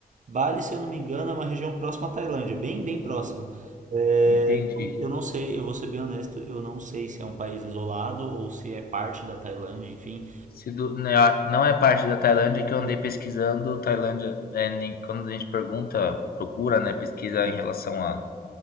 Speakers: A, on the right; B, on the left.
A: Bali, se eu não me engano, é uma região próxima à Tailândia, bem, bem próxima. É,
B: Entendi.
A: eu não sei, eu vou ser bem honesto, eu não sei se é um país isolado ou se é parte da Tailândia, enfim,
B: Se do- né, não é parte da Tailândia que eu andei pesquisando, Tailândia, é, nem, quando a gente pergunta, procura, né, pesquisa em relação a,